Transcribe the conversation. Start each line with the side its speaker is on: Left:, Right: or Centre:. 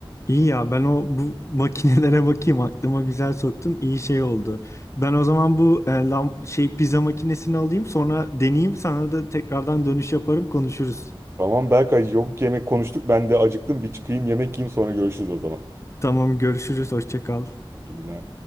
Left: İyi ya ben o bu makinelere bakayım aklıma güzel soktun. iyi şey oldu. Ben o zaman bu e, lam- şey pizza makinesini alayım sonra deneyeyim sana da tekrardan dönüş yaparım konuşuruz.
Right: Tamam Berkay yok yemek konuştuk ben de acıktım bir çıkayım yemek yiyeyim sonra görüşürüz o zaman.
Left: Tamam görüşürüz hoşça kal.
Right: İyi günler.